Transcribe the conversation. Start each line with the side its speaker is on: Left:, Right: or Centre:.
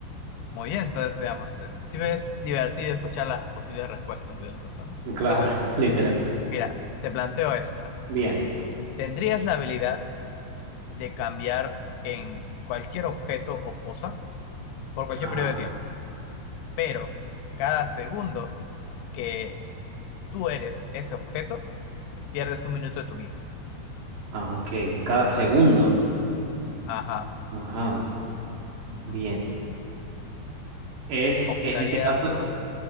Left: Muy bien, entonces veamos. Si ves divertido escuchar las posibles respuestas de las personas.
Right: Claro,
Left: Entonces,
Right: <laughs> literal.
Left: mira, te planteo esta.
Right: Bien.
Left: ¿Tendrías la habilidad de cambiar en cualquier objeto o cosa por cualquier
Right: Ajá.
Left: periodo de tiempo? Pero cada segundo que tú eres ese objeto, pierdes un minuto de tu vida.
Right: Ah, ok. Cada segundo.
Left: Ajá.
Right: Ajá.
Left: Ujú.
Right: Bien. Es,
Left: ¿Optarías
Right: en este caso,
Left: por...?